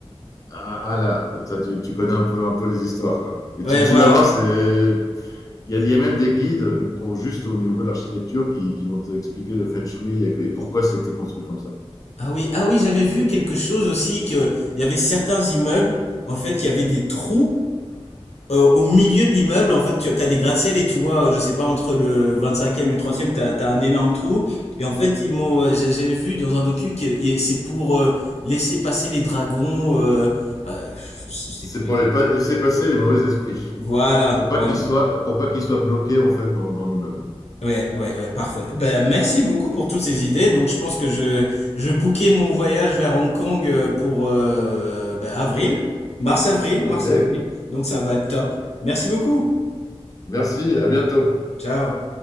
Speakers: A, on the left; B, on the left.
A: Ah là, ça, tu, tu connais un peu, un peu les histoires, quoi. Et
B: Ouais,
A: tu, tu
B: voilà.
A: vas voir, c'est, il y, a- il y a même des guides pour juste au niveau de l'architecture qui, qui vont t'expliquer le feng shui et, que- et pourquoi c'était construit comme ça.
B: Ah oui, ah oui, j'avais vu quelque chose aussi que il y avait certains immeubles en fait qui avaient des trous euh, au milieu de l'immeuble. En fait, tu as des gratte-ciel et tu vois, je sais pas entre le vingt-cinquième et le trentième, e t'as as un énorme trou. Et en fait, ils m'ont euh, j'a- j'avais vu dans un docu que et c'est pour euh, laisser passer les dragons euh, euh, je sais
A: C'est
B: plus
A: pour
B: exactement.
A: les pa- laisser passer les mauvais esprits,
B: Voilà,
A: pour pas
B: voilà.
A: qu'ils soient, pour pas qu'ils soient bloqués en fait dans, dans l'immeuble.
B: Ouais, ouais, ouais, parfait. Ben, merci beaucoup pour toutes ces idées. Donc, je pense que je, je bookais mon voyage vers Hong Kong euh, pour euh, ben, avril, mars-avril,
A: Ok,
B: mars-avril. Donc, ça va être top. Merci beaucoup.
A: merci, à bientôt.
B: Ciao.